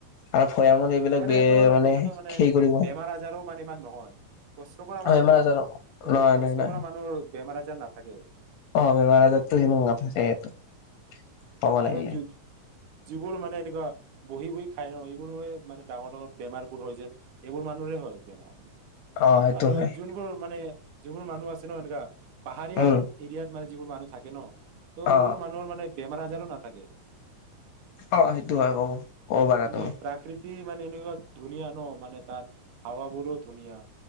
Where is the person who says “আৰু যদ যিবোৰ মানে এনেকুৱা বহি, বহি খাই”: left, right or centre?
Right